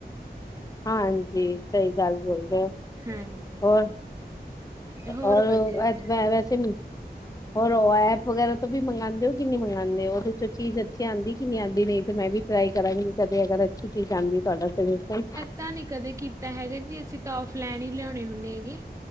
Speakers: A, on the left (about 20°); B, on the right (about 20°).
A: ਹਾਂਜੀ ਸਹੀ ਗੱਲ ਬੋਲ ਰਹੇ ਹੋ।
B: ਹਾਂਜੀ,
A: ਹੋਰ
B: ਹੋਰ
A: ਔਰ
B: ਵਧੀਆ
A: ਏ ਤਾਂ ਵੈਸੇ ਵੀ। ਹੋਰ ਓ ਐਪ ਵਗੈਰਾ ਤੋਂ ਵੀ ਮੰਗਾਂਦੇ ਹੋ ਕਿ ਨਹੀਂ ਮੰਗਾਂਦੇ ਉਹਦੇ ਚੋਂ ਚੀਜ਼ ਅੱਛੀ ਆਂਦੀ ਕਿ ਨਹੀਂ ਆਂਦੀ ਤੇ ਮੈਂ ਵੀ ਟਰਾਈ ਕਰਾਂਗੀ ਅੱਛੀ ਚੀਜ਼ ਆਂਦੀ <unintelligible>
B: ਕੀਤਾ ਨੀ ਕਦੇ ਕੀਤਾ ਹੈਗਾ ਜੀ ਅਸੀਂ ਤਾਂ ਆਫਲਾਈਨ ਹੀ ਲਿਆਉਣੇ ਹੁੰਦੇ ਹੈਗੇ